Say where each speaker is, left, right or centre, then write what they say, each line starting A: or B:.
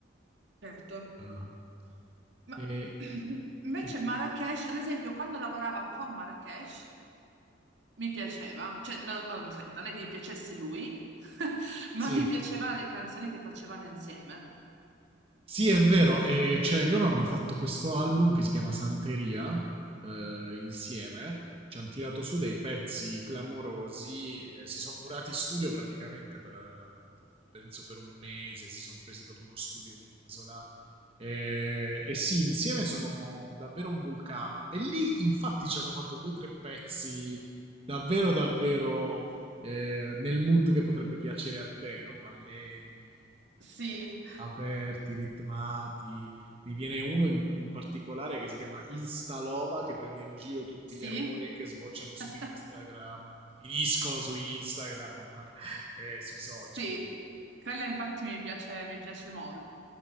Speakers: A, on the right; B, on the right.
A: certo.
B: Ah.
A: Ma
B: E-
A: <clears throat> invece
B: e-
A: Marrakesh, ad esempio, quando lavorava con Marrakesh, mi piaceva, cioè, no, oh, aspetta, non è che mi piacesse lui, <laughs> ma
B: sì.
A: mi piaceva le canzoni che facevano insieme.
B: Sì, è vero, e cioè, loro hanno fatto questo album che si chiama Santeria eh, insieme, ci hanno tirato su dei pezzi clamorosi, eh, si sono murati in studio praticamente per, eh, penso per un mese, si sono presi proprio uno studio in un'isola e, e sì, insieme sono davvero un vulcano. E lì, infatti, ci hanno fatto due o tre pezzi davvero, davvero eh, nel mood che potrebbe piacere a te, no? Allegri,
A: Sì.
B: aperti, ritmati. Mi viene uno in, in particolare che si chiama Instalova, che prende in giro tutti
A: Sì?
B: gli amori che sbocciano su
A: <laughs>
B: Instagram, finiscono su Instagram e sui social.
A: Sì, quella infatti mi piace, mi piace molto.